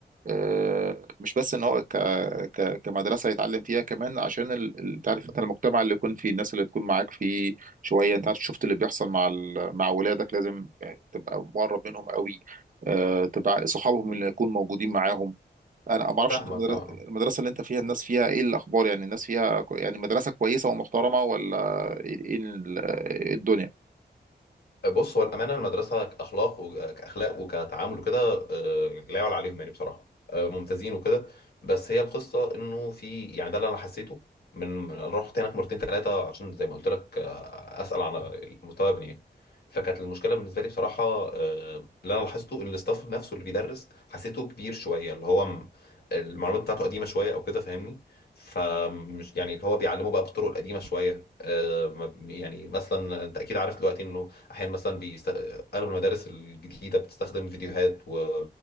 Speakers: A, on the right (about 50°); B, on the left (about 65°).
A: آه، مش بس ان هو ك ك كمدرسه يتعلم فيها كمان عشان ال- ال- تعرف انت المجتمع اللي يكون فيه الناس اللي تكون معاك فيه شويه انت عارف شفت اللي بيحصل مع ال- مع ولادك لازم يعني تبقى مقرب منهم قوي آه، تبقى صحابهم اللي يكون موجودين معاهم انا ما اعرفش
B: فاهمك
A: انت المدرسه
B: أه آه.
A: المدرسة اللي انت فيها الناس فيها ايه الاخبار يعني الناس فيها كو- يعني مدرسه كويسه ومحترمه ولا ايه إيه ال- إيه الدنيا
B: بص هو الأمانة المدرسة كأخلاق وكأخلاق وكتعامل وكده آه، لا يعلى عليهم يعني بصراحة آه، ممتازين وكده بس هي القصة إنه في يعني ده اللي أنا حسيته من من- أنا رحت هناك مرتين ثلاثة عشان زي ما قلت لك آه، أسأل على مستوى ابني يعني فكانت المشكلة بالنسبة لي بصراحة آه، اللي أنا لاحظته إن الاستاف نفسه اللي بيدرس حسيته كبير شوية اللي هو م- المعلومات بتاعته قديمة شوية أو كده فاهمني فمش يعني اللي هو بيعلمه بقى بالطرق القديمة شوية آه، ما- يعني مثلا انت اكيد عارف دلوقتي انه احيانا مثلا بيست... اغلب المدارس الجديده بتستخدم فيديوهات و...